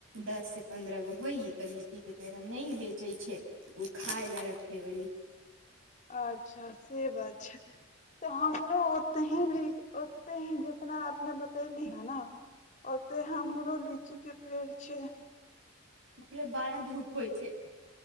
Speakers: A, on the right; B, on the left.
A: दससँ पन्द्रह गो होइ तऽ लीचीके पेड़ हम नहि बेचैत छै ओ खाय लए रख देबली
B: अच्छा से बात छै तऽ हमरो ओते ही ओते ही जितना अपने बतैली हे ने ओते हमरो लीची के पेड़ छै
A: जे बड़ा धूप होइ छै